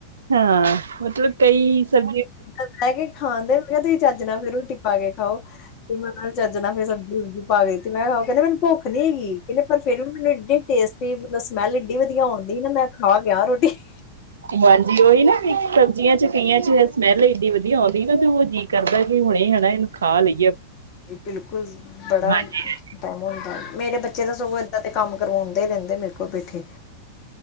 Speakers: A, on the right; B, on the left.
A: ਹਾਂ ਮਤਲਬ ਕਈ ਸਬਜ਼ੀ
B: ਰਹਿ ਕੇ ਖਾਣ ਦੇ ਮੈਂ ਕਿਹਾ ਤੁਸੀਂ ਚੱਜ ਨਾ ਫਿਰ ਰੋਟੀ ਪਾ ਕੇ ਖਾਓ। ਤੇ ਮੈਂ ਨਾਲ ਚੱਜ ਨਾਲ ਫਿਰ ਸਬਜ਼ੀ- ਸੂਬਜੀ ਪਾ ਕੇ ਦਿੱਤੀ ਮੈਂ ਕਹਿੰਦੇ ਮੈਨੂੰ ਭੁੱਖ ਨਹੀਂ ਕਹਿੰਦੇ ਪਰ ਫੇਰ ਵੀ ਮੈਨੂੰ ਟੇਸਟੀ ਮਤਲਬ ਸਮੈਲ ਐਡੀ ਵਧੀਆ ਆਉਂਦੀ ਨਾ ਮੈਂ ਖਾ ਗਿਆ ਰੋਟੀ। <inaudible>
A: ਹਾਂਜੀ। ਉਹੀ ਨਾ ਸਬਜ਼ੀਆਂ ਚ' ਕਈਆਂ ਚ' ਸਮੈਲ ਏਡੀ ਵਧੀਆ ਆਉਂਦੀ ਨਾ ਤੇ ਉਹ ਜੀ। ਕਰਦਾ ਕਿ ਹੁਣੇ ਹੈਨਾ ਇਹਨੂੰ ਖਾ ਲਈ।
B: ਬਿਲਕੁਲ ਬੜਾ
A: ਹਾਂਜੀ-ਹਾਂਜੀ,
B: ਟਾਈਮ ਹੁੰਦਾ। ਮੇਰੇ ਬੱਚੇ ਤਾਂ ਸਗੋਂ ਇੱਦਾਂ ਦੇ ਕੰਮ ਕਰਵਾਉਂਦੇ ਹੀ ਰਹਿੰਦੇ ਮੇਰੇ ਕੋਲ ਬੈਠੇ।